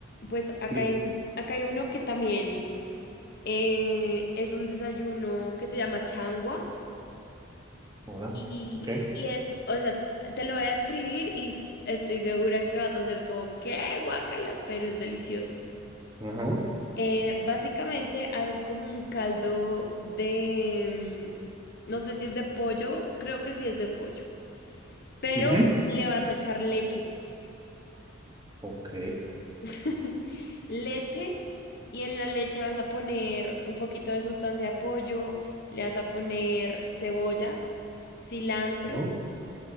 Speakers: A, on the left; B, on the right.
A: Pues acá
B: De-
A: hay, un- acá hay uno que también eh, es un desayuno que se llama changua.
B: Ahora.
A: Y,
B: Ok.
A: y es, o sea, te lo voy a escribir y s- estoy segura que vas a hacer como, ¿qué? Guácala, pero es delicioso.
B: Ajá.
A: Eh, básicamente haces como un caldo de, mm, no sé si es de pollo, creo que sí es de pollo, pero
B: Ujú.
A: le vas a echar leche.
B: Ok.
A: <laughs> Leche y en la leche vas a poner un poquito de sustancia de pollo, le vas a poner cebolla, cilantro.
B: ¿No?